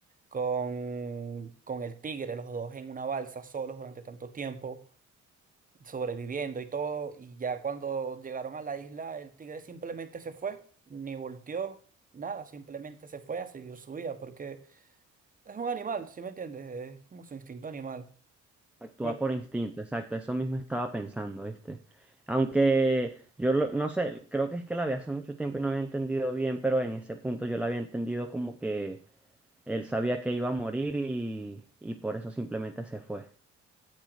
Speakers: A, on the right (about 25°); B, in the centre.
A: con, con el tigre, los dos en una balsa solos durante tanto tiempo, sobreviviendo y todo, y ya cuando llegaron a la isla, el tigre simplemente se fue, ni volteó, nada, simplemente se fue a seguir su vida, porque es un animal, ¿sí me entiendes? Es como su instinto animal.
B: Actúa
A: Ve-
B: por instinto, exacto, eso mismo estaba pensando, ¿viste? Aunque yo lo- no sé, creo que es que la vi hace mucho tiempo y no había entendido bien, pero en ese punto yo la había entendido como que él sabía que iba a morir y, y por eso simplemente se fue.